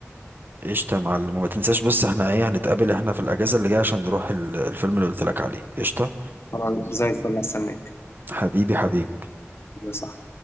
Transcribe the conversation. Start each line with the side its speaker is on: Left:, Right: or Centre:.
Right: قشطة يا معلم وما تنساش بس احنا ايه هنتقابل احنا في الاجازة اللي جاية عشان نروح ال- الفيلم اللي قلت لك عليه قشطة
Left: خلاص زي الفل استناك
Right: حبيبي حبيبي
Left: صح